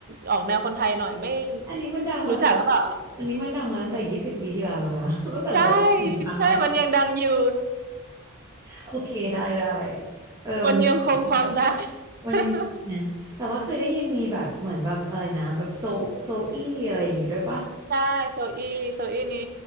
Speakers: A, on the right; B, on the right.
A: ออกแนวคนไทยหน่อยไม่
B: อันนี้มันดังมาตั้งแต่
A: รู้จักหรือเปล่า
B: อันนี้มันดังมาตั้งแต่ยี่สิบปีที่แล้วแล้วนะ <laughs> ตั้งแต่เราไป
A: ใช่
B: ครั้งแรก
A: ใช่มันยังดังอยู่
B: โอเคได้ได้เออมันยังอยู่ที่นั้น
A: มันยังคงความดัง <laughs>
B: มันยังอยู่ที่นะแต่ว่าเคยได้ยินมีแบบเหมือนแบบอะไรนะแบบโซโซอี้อะไรอย่างงี้ด้วยปะ
A: ใช่โซอี้โซอี้นี้